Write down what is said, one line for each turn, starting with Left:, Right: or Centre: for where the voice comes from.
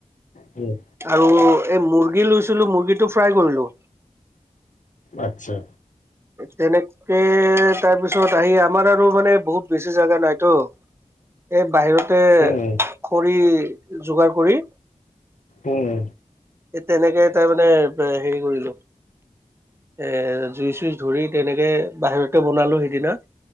Left: উম
Right: আৰু এই মুৰ্গী লৈছিলো মুৰ্গী টো ফ্ৰাই কৰিলো
Left: আচছা
Right: তেনেকে তাৰপিছত আহি আমাৰ আৰু মানে বহুত বেছি জাগা নাইতো এই বাহিৰতে
Left: উম
Right: খৰি যোগাৰ কৰি
Left: উম
Right: এই তেনেকে তাৰ মানে তে হেৰি কৰিলো এৰ জুই চুই ধৰি তেনেকে বাহিৰতে বনালো সেইদিনা